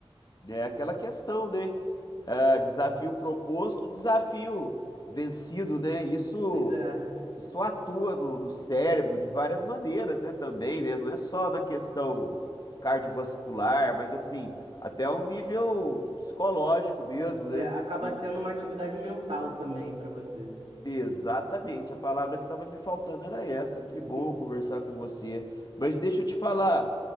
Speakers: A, on the left (about 40°); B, on the right (about 80°).
A: É aquela questão, né? Ah, desafio proposto, desafio vencido, né? Isso,
B: Pois é,
A: isso atua no, no cérebro de várias maneiras, né? Também, né? Não é só na questão cardiovascular, mas assim, até um nível psicológico mesmo,
B: é,
A: né?
B: acaba
A: E-
B: sendo uma atividade mental também para você.
A: exatamente, a palavra que estava me faltando era essa. Que bom
B: <laughs>
A: conversar com você. Mas deixa eu te falar,